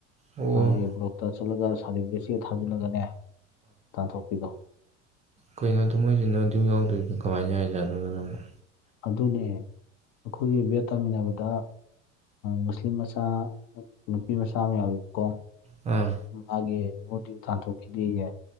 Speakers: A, on the right; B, on the left.
A: ꯑꯣ
B: ꯑꯦ ꯕ꯭ꯂꯣꯛꯇ ꯆꯠꯂꯒ ꯁꯥꯔꯇꯤꯐꯤꯀꯦꯠ ꯆꯦ ꯊꯥꯖꯤꯜꯂꯒꯅꯦ ꯇꯥꯟꯊꯣꯛꯄꯤꯗꯣ
A: ꯀꯩꯅꯣꯗ ꯃꯣꯏꯁꯤ ꯅꯣ ꯗꯤꯌꯨ ꯌꯥꯎꯗꯕꯤꯗ ꯀꯃꯥꯏꯅ ꯌꯥꯔꯤꯖꯥꯠꯅꯣ ꯑꯃꯨꯛ
B: ꯑꯗꯨꯅꯦ ꯑꯩꯈꯣꯏꯒꯤ ꯕꯦꯠ ꯇꯝꯃꯤꯟꯅꯕꯗ ꯃꯨꯁꯂꯤꯝ ꯃꯆꯥ ꯅꯨꯄꯤ ꯃꯆꯥ ꯑꯃ ꯌꯥꯎꯋꯦꯕꯀꯣ
A: ꯑꯥ
B: ꯃꯥꯒꯤ ꯅꯣ ꯗꯤꯌꯨ ꯇꯥꯟꯊꯣꯛꯈꯤꯗꯦꯌꯦ